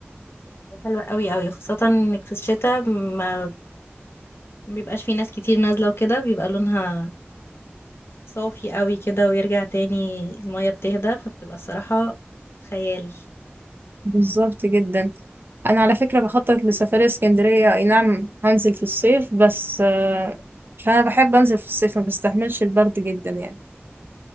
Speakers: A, on the left (about 70°); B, on the right (about 55°).
A: حلوة قوي قوي خاصة انك في الشتاء ما مبيبقاش في ناس كتير نازلة وكده بيبقى لونها صافي قوي كده ويرجع تاني المية بتهدى فبتبقى الصراحة خيال
B: بالظبط جدا انا على فكره بخطط لسفريه اسكندريه اي نعم هنزل في الصيف بس آه، عشان انا بحب انزل في الصيف ما بستحملش البرد جدا يعني